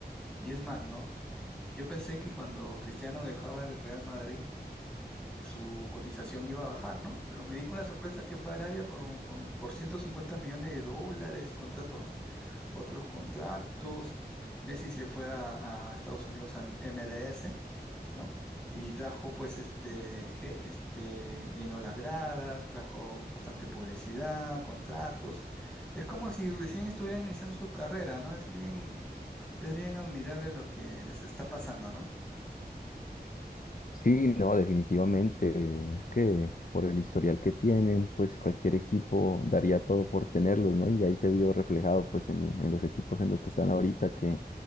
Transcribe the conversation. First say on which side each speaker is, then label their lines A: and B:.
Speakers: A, in the centre; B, on the left.
A: y es más, ¿no? Yo pensé que cuando Cristiano dejaba el Real Madrid, su cotización iba a bajar, ¿no? Pero me di con la sorpresa que fue a Arabia por, un- con- por 150 millones de dólares y contratos, otros contratos. Messi se fue a, a Estados Unidos al MLS, ¿no? Y trajo, pues, este, ge- este, llenó las gradas, trajo bastante publicidad, contratos. Es como si recién estuvieran iniciando su carrera, ¿no? Es bien, es bien admirable lo que les está pasando, ¿no?
B: Sí, no, definitivamente. Es que por el historial que tienen, pues cualquier equipo daría todo por tenerlos, ¿no? Y ahí se vio reflejado pues en, en los equipos en los que están ahorita, que,